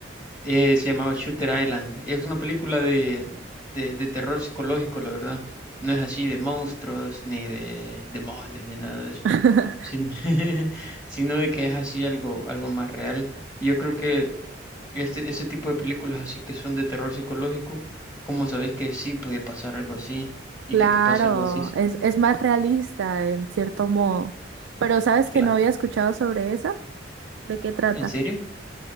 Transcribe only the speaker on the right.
<laughs>
Claro,
es, es más realista en cierto modo, pero ¿sabes
que no había escuchado sobre esa? ¿De qué trata?